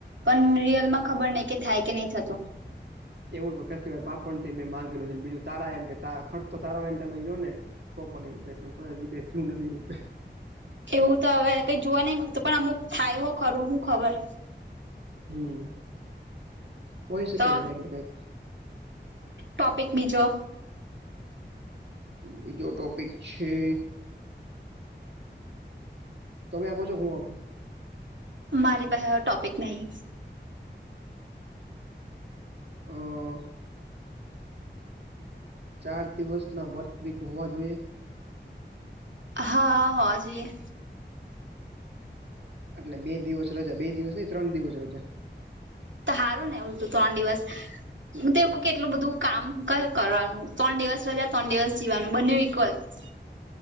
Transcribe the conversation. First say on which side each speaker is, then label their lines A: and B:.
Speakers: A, on the right; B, on the right.
A: પણ રિયલ માં ખબર નહી કે થાય કે નહી થતું
B: એવું તો કરતી વાર પાપણ થી મેં માંગેલ છેને બીજું તારા એમ કે ત ખરજો તો તારો એને તમે ગયો ને તો પણ એવું થાય તો હજી કઈ થયું નથી અ કે
A: એવું તો હવે કઈ જોવા નઈ મળતું પણ અમુક થાય હો ખરું હું ખબર
B: હમ હોય શકે
A: તો
B: કઈક ને કઈક
A: ટોપિક બીજો
B: બીજો ટોપિક છે. તમે આપો છો હું આપો
A: મારી પાસે હવે ટોપિક નહી
B: હ ચાર દિવસ ના વર્ક વીક હોવા જોઈએ
A: હા હોવા જોઈએ
B: એટલે બે દિવસ રજા બે દિવસ ત્રણ દિવસ રજા
A: તો સારું ને હું તું ત્રણ દિવસ હ તો કેટલું બધું કામ કરવાનું ત્રણ દિવસ રજા ત્રણ દિવસ જીવાનું બને ઇક્વલ એટલે